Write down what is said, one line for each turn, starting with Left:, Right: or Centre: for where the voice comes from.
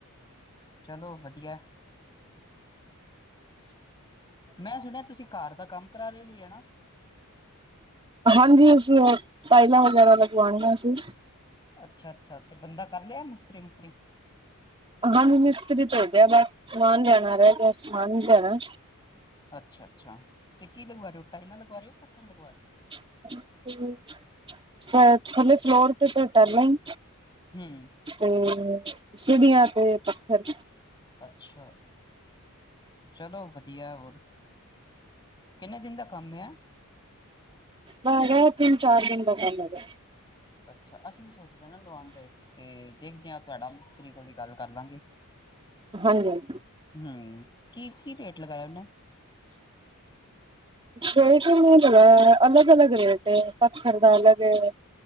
Left: ਚਲੋ ਵਧੀਆ ਐ। ਮੈਂ ਸੁਣਿਆ ਤੁਸੀਂ ਘਰ ਦਾ ਕੰਮ ਕਰਾ ਰੇ ਔ ਕੋਈ ਹਨਾਂ।
Right: ਹਾਂਜੀ, ਅਸੀਂ ਹੋਰ ਟਾਇਲਾਂ ਵਗੈਰਾ ਲਗਵਾਣੀਆਂ ਸੀ।
Left: ਅੱਛਾ ਅੱਛਾ ਤੇ ਬੰਦਾ ਕਰ ਲਿਆ ਮਿਸਤਰੀ-ਮੁਸਤਰੀ
Right: ਹਾਂਜੀ ਮਿਸਤਰੀ ਭੇਜਿਆ ਬਸ ਸਮਾਨ ਲਿਆਣਾ ਰਿਹ ਗਿਆ ਸਮਾਨ ਲਿਆਣਾ।
Left: ਅੱਛਾ ਅੱਛਾ ਤੇ ਕੀ ਲਗਵਾ ਰਹੇ ਔ, ਟਾਇਲਾਂ ਲਗਵਾ ਰਹੇ ਔ, ਪੱਥਰ ਲਗਵਾ ਰਹੇ ਔ।
Right: <inaudible> ਫ ਥੱਲੇ ਫਲੋਰ ਤੇ ਤੇ ਟੈਲਾਂ ਈ।
Left: ਹੂੰ,
Right: ਤੇ ਸੀੜੀਆਂ ਤੇ ਪੱਥਰ
Left: ਅੱਛਾ। ਚਲੋ ਵਧੀਆ ਹੋਰ ਕਿੰਨੇ ਦਿਨ ਦਾ ਕੰਮ ਐ।
Right: ਬਗਾ ਹੈਗਾ ਤਿੰਨ-ਚਾਰ ਦਿਨ ਦਾ ਕੰਮ ਹੈਗਾ।
Left: ਅੱਛਾ ਅਸੀਂ ਵੀ ਸੋਚ ਰਹੇ ਨਾ ਲਵਾਂਦੇ। ਤੇ ਦੇਖਦੇ ਆਂ ਤੁਹਾਡਾ ਮਿਸਤਰੀ ਕੋਲ ਈ ਗੱਲ ਕਰ ਲਾਂਗੇ।
Right: ਹਾਂਜੀ ਹਾਂਜੀ।
Left: ਹਂ, ਕੀ-ਕੀ ਰੇਟ ਲਗਾਇਆ ਉਹਨੇ।
Right: ਰੇਟ ਨ੍ਹੀਂ ਲਗਾਆ ਅਲੱਗ ਅਲੱਗ ਰੇਟ ਐ, ਪੱਥਰ ਦਾ ਅਲਗ ਐ।